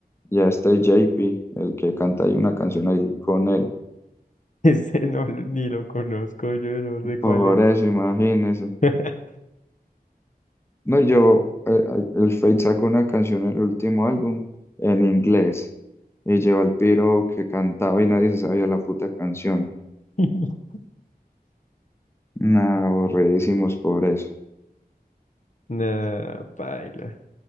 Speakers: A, on the left; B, on the left.
A: y a este JP, el que canta ahí una canción ahí con él.
B: <laughs> Ese no, ni lo conozco, yo no sé cuál
A: Por
B: es.
A: eso, imagínese.
B: <laughs>
A: No, yo, eh, eh, el Fate sacó una canción en el último álbum en inglés y lleva al piro que cantaba y nadie se sabía la puta canción.
B: <laughs>
A: Nah, aburridísimos por eso.
B: Nah, paila.